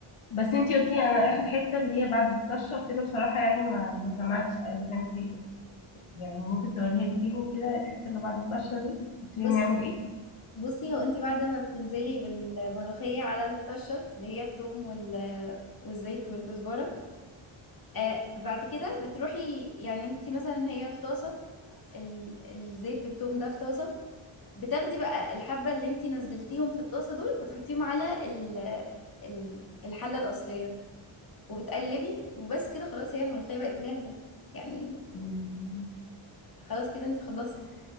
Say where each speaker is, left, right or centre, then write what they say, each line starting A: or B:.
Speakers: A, on the left; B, on the left.
A: بس انتي قلتي انا اخر حته اللي هي بعد الطشه وكده بصراحه يعني ما ما سمعتش يعني فانتي يعني ممكن تقولها لي تاني كده الحتة اللي بعد الطشة دي قلت لي
B: بص
A: نعمل ايه
B: بصي هو انت بعد ما بتنزلي بالملوخية على الطشة اللي هي الثوم وال... والزيت والكزبرة آه بعد كده بتروحي يعني انت مثلا هي في طاسة ال... الزيت بالثوم ده في طاسة بتاخدي بقى الحبة اللي انت نزلتيهم في الطاسة دول وتحطيهم على ال... ال... الحلة الأصلية وبتقلبي وبس كده خلاص هي الملوخية بقت جاهزة يعني
A: مم.
B: خلاص كده انتي خلصتي